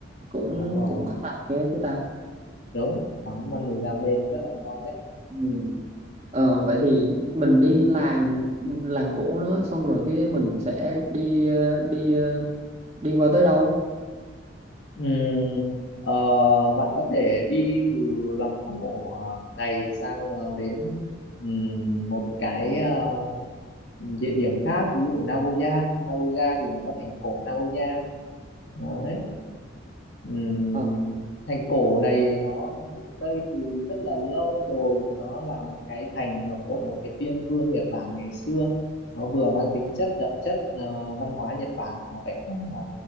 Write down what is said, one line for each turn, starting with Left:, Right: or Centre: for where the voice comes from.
Right: cũng
Left: đúng rồi
Right: cũng khá là hay á chứ ta
Left: đúng tắm ăn mì ramen rất là ngon đấy
Right: ừ. ờ, vậy thì mình đi làng làng cổ nó xong rồi cái mình sẽ đi ờ, đi ờ, đi qua tới đâu
Left: Ừm, ờ, bạn có thể đi từ làng cổ ờ, này sang ờ, đến ừm, một cái ờ, địa điểm khác ví dụ Nagoya Nagoya thì nó có thành cổ Nagoya đấy Ừm,
Right: Ờ.
Left: thành cổ này nó được xây từ rất là lâu rồi nó là một cái thành mà của một cái phiên vương Nhật Bản ngày xưa nó vừa mang tính chất đậm chất ờ, văn hóa Nhật Bản mà lại còn ờ,